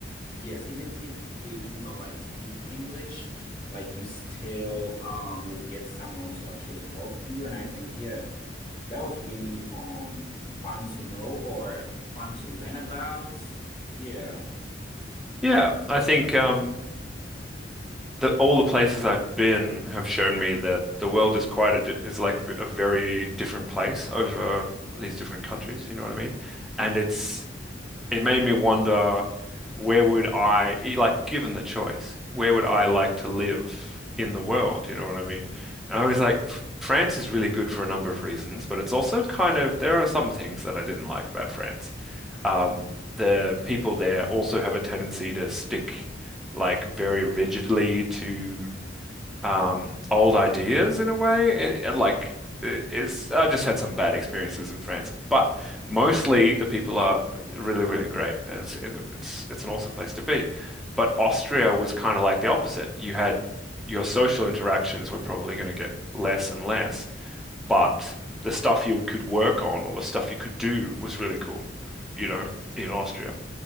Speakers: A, on the left; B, in the centre.
A: Yes, even if they do not like speak English, like you still um would get someone to actually help you. And I think yeah, that was really um fun to know or fun to learn about. Yeah.
B: Yeah. I think um the all the places I've been have shown me that the world is quite a di- is like v- a very different place over these different countries. You know what I mean?
A: hmm
B: And it's it made me wonder where would I, e- like, given the choice, where would I
A: hmm
B: like to live in the world? You know what I mean? And I was
A: hmm
B: like, F- France is really good for a number of reasons, but it's also kind of, there are some things that I didn't like about France. Um,
A: hmm
B: the people there also have a tendency to stick like very rigidly to um old ideas in a way. It, it, like it- it's I just had some bad experiences in France, but mostly the people are really really great. and It's it- it's it's an awesome place to be. But Austria
A: Yeah.
B: was kind of like the opposite. You had your social interactions were probably going to get less and less, but the stuff you could work on or the stuff you could do was really cool, you know, in Austria.